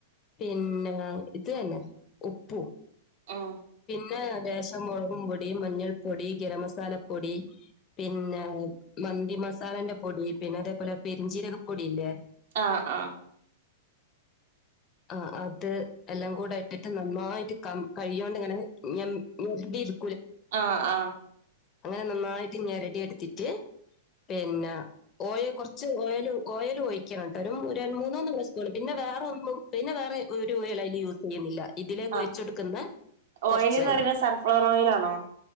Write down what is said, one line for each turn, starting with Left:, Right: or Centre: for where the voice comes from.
Left: പിന്നെ ഇത് തന്നെ ഉപ്പും
Right: ഉം
Left: പിന്ന ലേശം മുളകും പൊടി മഞ്ഞൾ പൊടി ഗരമസാലപ്പൊടി പിന്നെ മന്തി മസാലന്റെ പൊടി പിന്നെ അതേപോലെ പെരുംചീരക പൊടില്ലേ
Right: ആ ആ
Left: ആ അത് എല്ലാം കൂടെ ഇട്ടിട്ട് നന്നായിട്ട് കം കഴിയോണ്ടിങ്ങനെ ഞൻ ഇര്
Right: ആ ആ
Left: അങ്ങനെ നന്നായിട്ട് ങ്ങനെ റെഡിയാടുത്തിട്ട് പിന്നെ ഓയിൽ കുറച്ച് ഓൽ ഓയിൽ ഓഴിക്കണംട്ട ഒരു ര മൂന്നൂന്ന് സ്പൂൺ പിന്നെ വേറൊന്നും പിന്നെ വേറെ ഒരു ഓയിലും അയ്ല് യൂസ് ചെയ്യുന്നില്ല ഇതിലേക്ക്
Right: ആഹ്
Left: ഒഴിച്ച് കൊടുക്കുന്ന
Right: ഓയില്ന്ന്
Left: കുറച്ചാണ്
Right: പറയന്നെ സൺഫ്ലവർ ഓയിലാണോ